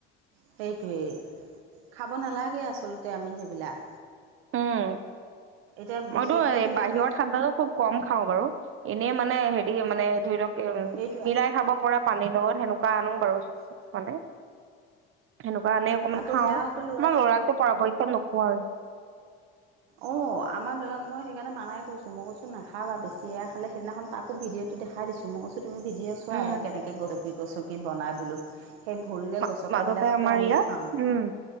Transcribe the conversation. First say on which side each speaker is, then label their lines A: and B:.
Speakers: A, on the right (about 85°); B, on the right (about 45°).
A: সেইটোৱেই খাব নালাগে আচলতে আমি সেইবিলাক
B: উম
A: এতিয়া
B: মইতো
A: বিশেষকেতো
B: এই বাহিৰৰ
A: ল'ৰা
B: ঠাণ্ডাতটো খুব কম খাওঁ বাৰু এনেই মানে হেৰি মানে ধৰি লওক
A: সেইটোৱে
B: মিৰাই খাব পৰা। পানীৰ লগত সেনেকুৱা আনো বাৰু য জোচ তোচ মানে সেনেকুৱা আনে অকমান
A: আকৌ
B: খাওঁ,
A: সেয়া আকৌ ল'ৰা
B: আমাৰ লৰাকতো পৰাপক্ষত নোখোৱা। আৰু-
A: অ আমাৰ লৰাক মই সেইকাৰণে মানাই কৈছো মই কৈছো নাখাবা বেছি এয়া খালে সেইদিনাখন তাকো ভিডিঅ'- দেখাই দিছো মই কৈছোঁ তুমি ভিডিঅ চোৱা
B: উম
A: এনেকৈ কৈছো কি বাই বো সেই ভৰিৰে
B: মা
A: গচকাবিলাককে
B: মাজতে আমাৰ
A: আমি
B: ইয়াত
A: খাওঁ
B: উম